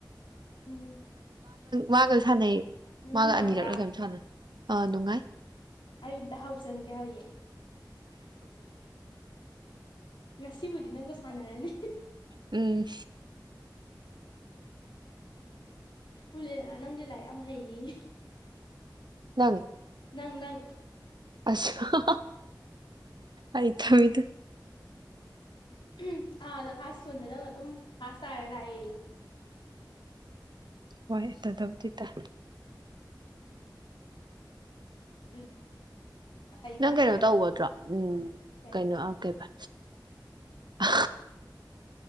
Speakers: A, on the left (about 85°); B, on the right (about 70°).
A: ꯎꯝ
B: ꯃꯥꯒꯁꯨ ꯁꯥꯟꯅꯩ
A: ꯅꯨꯡꯉꯥꯏꯕ꯭ꯔꯥ
B: ꯃꯥꯒ ꯑꯅꯤꯔꯛꯂ ꯀꯩꯅꯣꯝ ꯁꯥꯟꯅ ꯑꯥ ꯅꯨꯡꯉꯥꯏ
A: ꯑꯩ ꯑꯃꯇ ꯍꯎꯁꯟꯒꯦ ꯍꯧꯌꯦꯡ ꯉꯁꯤꯕꯨꯗꯤ ꯅꯪꯒ ꯁꯥꯟꯅꯔꯅꯤ
B: ꯎꯝ
A: ꯎꯂꯦꯅꯥ ꯅꯪꯗꯤ ꯂꯥꯏꯔꯤꯛ ꯌꯥꯝ ꯍꯩꯌꯦꯌꯦ
B: ꯅꯪ
A: ꯅꯪ ꯅꯪ
B: ꯑꯁ ꯍꯥ ꯍꯥ ꯍ ꯑꯩ ꯊꯨꯢꯗ
A: ꯎꯝ ꯑꯥ ꯍꯥꯏ ꯁ꯭ꯀꯨꯜꯗ ꯅꯪꯅ ꯗꯨꯝ ꯐꯥꯖ ꯇꯥꯔꯥ ꯂꯥꯛꯑꯦ
B: ꯍꯣꯏ ꯇꯗꯕꯨꯗꯤ ꯇꯥꯏ
A: ꯑꯗꯨꯅꯤ ꯍꯩꯕ
B: ꯅꯪ
A: ꯍꯩꯕ
B: ꯀꯩꯅꯣ
A: ꯍꯥꯏꯁꯦ
B: ꯇꯧꯒꯗ꯭ꯔꯣ ꯎꯝ
A: ꯀꯌꯥ
B: ꯀꯩꯅꯣ ꯑ ꯀꯩꯕ ꯑ